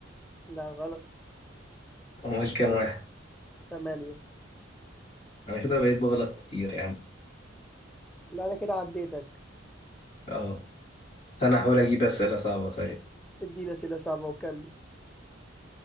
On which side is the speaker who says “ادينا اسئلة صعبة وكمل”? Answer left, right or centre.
Centre